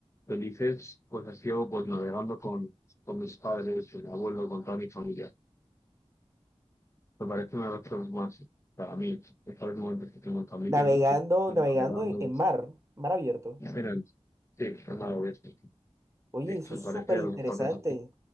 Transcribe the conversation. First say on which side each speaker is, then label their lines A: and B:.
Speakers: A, on the left; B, on the right.
A: felices, pues ha sido pues navegando con, con mis padres, con mi abuelo, con toda mi familia. Me parece una de las cosas más, para mí, mejores momentos que tengo en familia,
B: Navegando,
A: ¿no? Que- que
B: navegando
A: navegando
B: en, en mar, mar abierto.
A: Aynen. Şey, onlar oluyor. Sí,
B: Oye,
A: me
B: eso
A: parece
B: es súper
A: a
B: interesante.
A: lo mejor. Sí,